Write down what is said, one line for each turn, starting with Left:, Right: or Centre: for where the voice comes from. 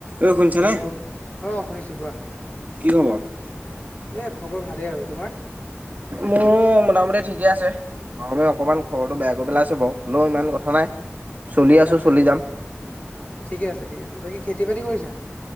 Right: ঐ শুনিছানে
Left: হেল্ল'? অ'! শুনিছোঁ, কোৱা?
Right: কি খবৰ?
Left: এ, খবৰ ভালেই আৰু তোমাৰ?
Right: মোৰ, মোটামুটি ঠিকে আছে। আৰু অকনমান, ঘৰটো বেয়া কৰি পেলাইছোঁ বাৰু। হ'লেও ইমান কথা নাই। চলি আছো
Left: আচ্ছা,
Right: চলি
Left: আচ্ছা।
Right: যাম।
Left: ঠিকে আছে, ঠিক আছে। বাকী, খেতি-বাতি কৰিছা?